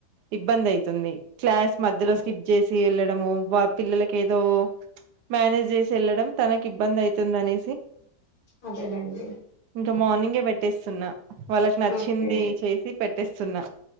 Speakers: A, on the right; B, on the left.
A: ఇబ్బంది అవుతుంది క్లాస్ మధ్యలో
B: అదే
A: స్కిప్ చేసి వెళ్ళడము పిల్లలకి ఏదో మేనేజ్ చేసి వెళ్ళడం తనకి ఇబ్బంది అవుతుందని
B: అదేనండి
A: ఇంకా మార్నింగే పెట్టేస్తున్నా వాళ్ళకి నచ్చింది
B: ఓకే
A: చేసి పెట్టేస్తున్నా